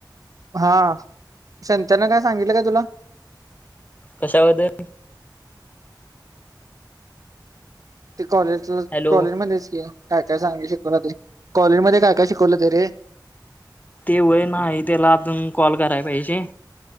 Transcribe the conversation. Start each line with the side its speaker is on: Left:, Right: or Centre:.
Right: हा संतन काय सांगितलं का तुला?
Left: कशामध्ये?
Right: ते कॉलेजला
Left: हॅलो
Right: कॉलेजमध्येध्येच की, काय काय सांगे शिकवलं ते, कॉलेज मध्ये काय काय शिकवलं ते रे?
Left: ते वय नाही, त्याला अजून कॉल करायला पाहिजे